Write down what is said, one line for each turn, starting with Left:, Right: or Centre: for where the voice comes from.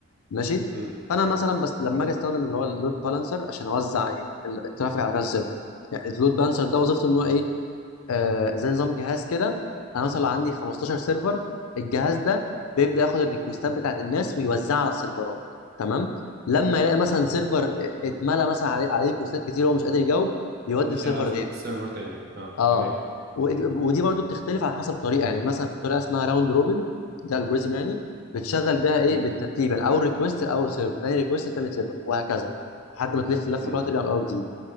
Left: ماشي
Right: امم
Left: فانا مثلا بس لما اجي استخدم اللي هو اللود بالانسر عشان اوزع يعني ال- الترافيك على كذا سيرفر يعني اللود بالانسر ده وظيفته ان هو ايه آه، زي نظام جهاز كده انا مثلا عندي 15 سيرفر الجهاز ده بيبدا ياخد الريكوستات بتاعت الناس ويوزعها على السيرفرات تمام لما يلاقي مثلا
Right: أمم.
Left: سيرفر اتملى مثلا عليه عليه ريكوستات كتير وهو مش قادر يجاوب يودي
Right: يشغل
Left: السيرفر
Right: في
Left: غيره
Right: السيرفر تاني اه
Left: اه
Right: تمام
Left: ودي ودي
Right: امم
Left: برضو بتختلف على حسب طريقه يعني مثلا في طريقه اسمها راوند روبن ده الجوريزم يعني بتشغل بيها ايه
Right: امم
Left: بالترتيب يعني اول ريكوست لاول سيرفر تاني ريكوست لتاني سيرفر وهكذا لحد ما تلف اللفه
Right: أمم.
Left: كلها ترجع للاول جديد